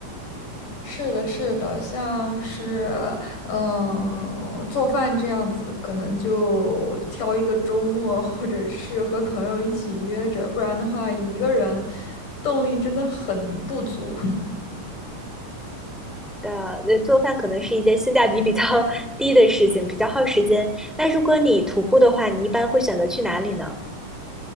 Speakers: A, on the left; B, in the centre.
A: 是的，是的，像是嗯，呃做饭这样子，可能就挑一个周末，或者是和朋友一起约着，不然的话，一个人动力真的很不足。
B: 的，呃，做饭可能是一件性价比比较 <laughs> 低的事情，比较耗时间。那如果你徒步的话，你一般会选择去哪里呢？